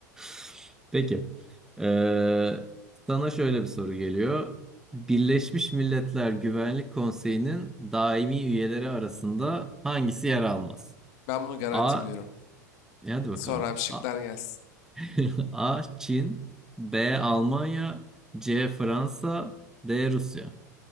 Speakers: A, in the centre; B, on the left (about 60°).
A: <laughs> Peki. Ee, sana şöyle bir soru geliyor. Birleşmiş Milletler Güvenlik Konseyi'nin daimi üyeleri arasında hangisi yer almaz?
B: Ben bunu garanti
A: A.
B: biliyorum.
A: e Hadi bakalım.
B: Sonra abi şıklar
A: A,
B: gelsin.
A: <laughs> A. Çin B. Almanya C. Fransa D. Rusya.